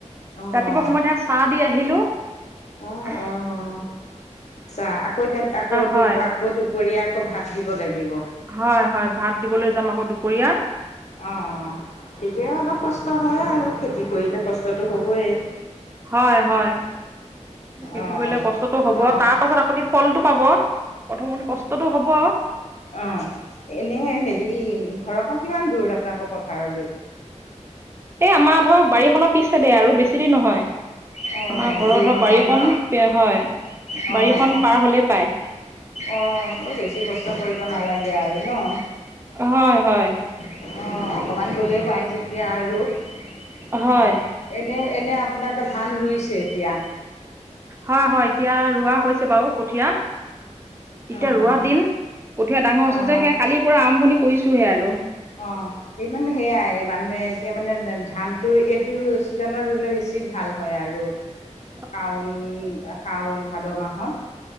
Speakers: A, on the left; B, on the right.
A: অঁ
B: ৰাতিপুৱা সময়ত সে চাহ দি আহিলো।
A: অঁ
B: আহ্
A: অঁ চা আকৌ এতিয়া আকৌ
B: হয়,
A: দু আকৌ দুপৰীয়া আকৌ ভাত দিব লাগিব।
B: হয় হয়, ভাত দিবলৈ যাম আকৌ দুপৰীয়া।
A: অঁ অ অ অ অ, তেতিয়া অলপ কষ্ট হয় আৰু খেতি কৰিলে কষ্টটো হ'বই।
B: হয় হয়, খেতি
A: অঁ
B: কৰিলে কষ্টটো হব
A: অঁ
B: তাৰ পাছত আপুনি ফলটো পাব প্ৰথমতে কষ্টটো হ'ব।
A: অঁ অ অ, এনে হেৰি ঘৰৰ পৰা কিমান দূৰ আপোনালোকৰ পথাৰলৈ।
B: এই আমাৰ ধৰক বাৰীখনৰ পিছ চাইডে আৰু বেছি দেৰি নহয়।
A: অ',
B: আমাৰ ঘৰৰ
A: দূৰ
B: ধৰক
A: নহয়
B: বাৰীখন
A: ন?
B: দে হয়
A: অ',
B: বাৰীখন পাৰ হলে পায়।
A: অ অ, বেছি কষ্ট কৰিব নালাগে আৰু ন।
B: হয় হয়।
A: অঁ অ অকমান গ'লেই পায় যেতিয়া আৰু অঁ
B: হয়
A: এনে এনে আপোনাক ধান ৰুইছে এতিয়া।
B: হয় হয় এতিয়া ৰোৱা হৈছে বাৰু কঠিয়া।
A: অ',
B: এতিয়া ৰোৱাৰ দিন কঠিয়া ডাঙৰ হৈছে
A: অ',
B: যে সেইয়া কালিৰ পৰা আৰম্ভণি কৰিছোহে আৰু
A: অ অ অ। ইমান মানে সেয়াই মানুহে এতিয়া মানে দা ধানটো এইটো ছিজনৰ ৰুলে বেছি ভাল হয় আৰু
B: <inaudible>
A: শাওণ শাওণ-ভাদ মাহত।